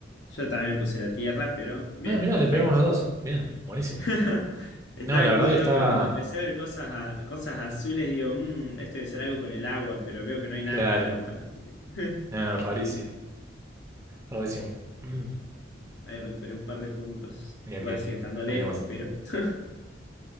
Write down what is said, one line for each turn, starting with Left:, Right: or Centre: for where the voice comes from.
Left: Yo también puse la tierra, pero bien,
Right: Ah, mirá,
Left: perfecto.
Right: le pegamos los dos. Bien, buenísimo.
Left: <laughs> Estaba
Right: No, la
Left: en
Right: verdad
Left: duda
Right: que estaba
Left: porque cuando empecé a ver cosas, a- cosas azules, digo, "Mm, esto debe ser algo con el agua, pero veo que no hay nada
Right: claro.
Left: con el agua. así que <laughs>
Right: No, rarísimo. Rarísimo. <clears throat>
Left: Ahí recuperé un par de puntos.
Right: Bien,
Left: Igual
Right: bien.
Left: sigue estando lejos,
Right: Ahí nomás.
Left: pero... <laughs>